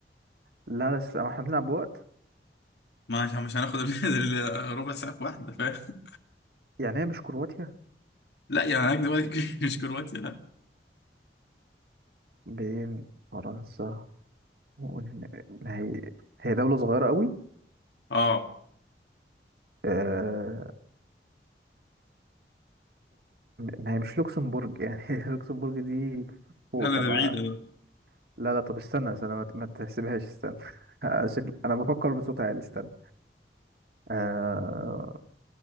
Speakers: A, on the right (about 60°); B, on the left (about 75°).
A: لا بس احنا بنلعب بوقت
B: ما عشان مش هناخد ال- ال- ربع ساعة في واحدة فاهم
A: يعني هي مش كرواتيا
B: لا يعني هناك دلوقتي <laughs> مش كرواتيا لا
A: بين فرنسا وقلنا- ما هي هي دولة صغيرة قوي
B: اه
A: آه، ما هي مش لوكسمبورج يعني <laughs> لوكسمبورج دي فوق
B: لا لا
A: تبع
B: ده بعيدة ده
A: لا لا طب استنى استنى ما ما تحسبهاش استنى <laughs> عشان انا بفكر بصوت عالي استنى آه...